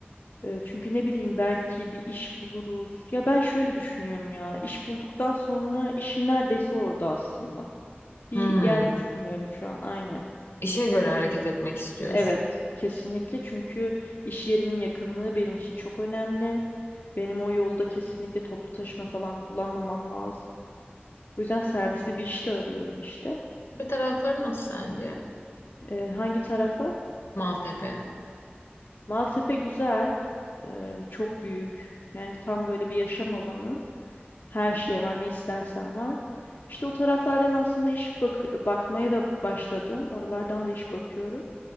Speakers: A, on the left; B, on the left.
A: Ee, çünkü ne bileyim belki bir iş buluruz. Ya ben şöyle düşünüyorum ya. İş bulduktan sonra işim neredeyse orada aslında. Bir
B: Hmm.
A: yer düşünmüyorum şu an aynı.
B: İşe göre hareket etmek istiyorsun.
A: Evet. Kesinlikle çünkü iş yerimin yakınlığı benim için çok önemli. Benim o yolda kesinlikle toplu taşıma falan kullanmamam lazım. Bu yüzden servisli bir iş de arıyorum işte.
B: Bir tarafları nasıl sence?
A: Ee, hangi taraflar?
B: Maltepe.
A: Maltepe güzel. Ee, çok büyük. Yani tam böyle bir yaşam alanı. Her şey var, ne istersen var. İşte o taraflardan aslında iş bak bakmaya da başladım. Oralardan da iş bakıyorum.